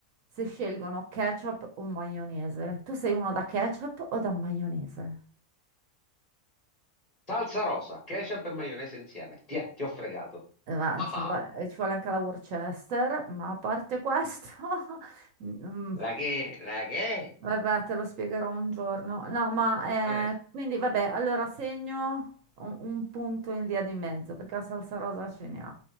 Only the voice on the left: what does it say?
Salsa rosa, ketchup e maionese insieme. Tiè, ti ho fregato.
Ah,
ah.
la che, la che?
Eh,